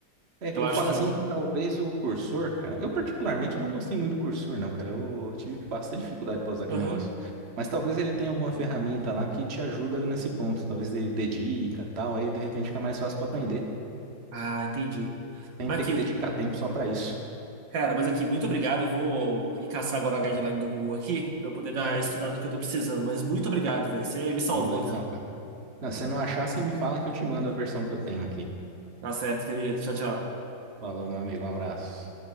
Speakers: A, on the right; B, on the right.
A: É
B: Eu
A: que
B: acho
A: eu falo
B: que.
A: assim que talvez o cursor, cara. Eu particularmente eu não gostei muito do cursor, não, cara. Eu tive bastante dificuldade pra usar aquele
B: Aham.
A: negócio. Mas talvez ele tenha alguma ferramenta lá que te ajuda nesse ponto. Talvez dê, dê dica e tal. Aí de repente fica mais fácil pra aprender.
B: Ah, entendi.
A: Sem
B: Mas
A: ter
B: aqui,
A: que dedicar tempo só pra isso.
B: cara, mas aqui, muito obrigado. Eu vou ir caçar agora a guideline do Google aqui, para eu poder dar a estudada que eu estou precisando. Mas muito obrigado, velho. Você me salvou
A: Ô, legal,
B: aqui.
A: cara. Não, se você não achar, você me fala que eu te mando a versão que eu tenho aqui.
B: Tá certo, querido. Tchau, tchau.
A: Falou, meu amigo. Um abraço.